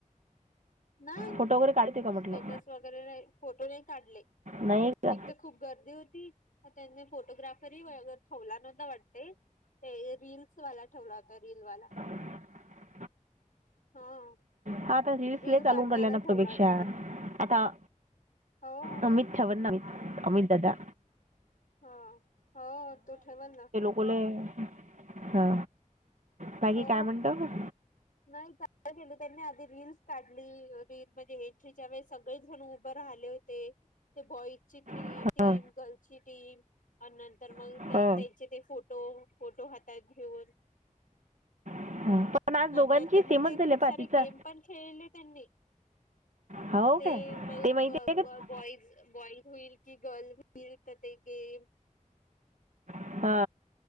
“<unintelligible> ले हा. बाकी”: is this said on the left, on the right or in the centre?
Right